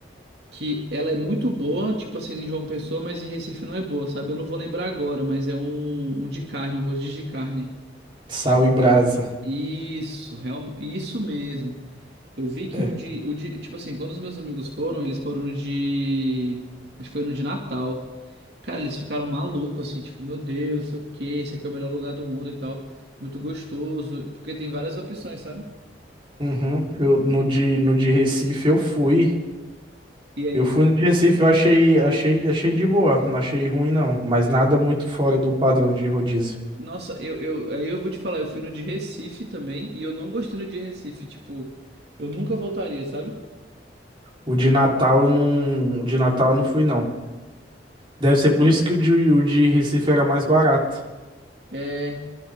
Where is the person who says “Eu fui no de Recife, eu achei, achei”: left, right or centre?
Right